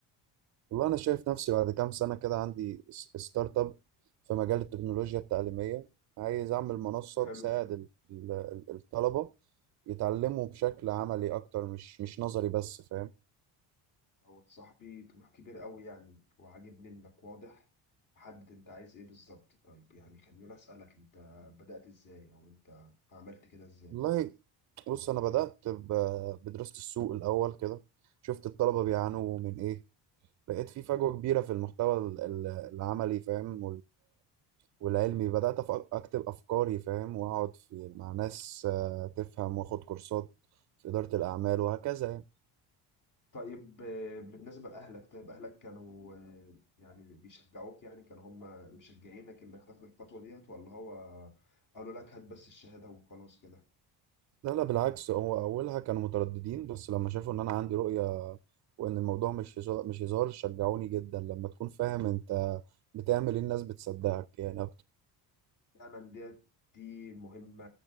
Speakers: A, on the right; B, on the left.
A: والله أنا شايف نفسي بعد كام سنة كده عندي س- ستارت أب في مجال التكنولوجيا التعليمية عايز أعمل منصة
B: حلو
A: تساعد ال- ال- ال- الطلبة يتعلموا بشكل عملي أكتر مش مش نظري بس فاهم
B: هو صاحبي طموح كبير قوي يعني وعاجبني انك واضح وحدد انت عايز ايه بالظبط طيب يعني خليني اسالك انت بدات ازاي او انت عملت كده ازاي
A: والله بص أنا بدأت ب- بدراسة السوق الأول كده شفت الطلبة بيعانوا من إيه لقيت في فجوة كبيرة في المحتوى ال- ال- العملي فاهم والعلمي بدأت أف- أكتب أفكاري فاهم وأقعد في مع ناس آه، تفهم وأخد كورسات في إدارة الأعمال وهكذا يعني
B: طيب آه، بالنسبه لاهلك طيب اهلك كانوا آه، يعني بيشجعوك يعني كانوا هم مشجعينك انك تاخد الخطوه ديت ولا هو قالوا لك هات بس الشهاده وخلاص كده
A: لا لا بالعكس هو أولها كانوا مترددين بس لما شافوا إن أنا عندي رؤية وإن الموضوع مش هزار- مش هزار شجعوني جدا لما تكون فاهم أنت بتعمل إيه الناس بتصدقك يعني
B: فعلا ديت دي مهمة